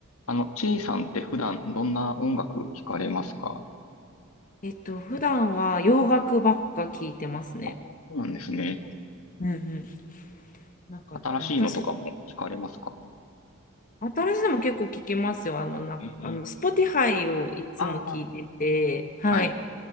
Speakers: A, on the left; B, on the left.
A: あの、ちいさんって普段どんな音楽聞かれますか
B: えっと、普段は洋楽ばっか聞いてますね。
A: あ、そうなんですね。
B: はいうんうん。なんか私、
A: 新しいのとかも聞かれますか
B: 新しいのも結構聞きますよ。あの、な、
A: ええ
B: あの、Spotify をいつも聞いてて、
A: ああ
B: はい。
A: はい、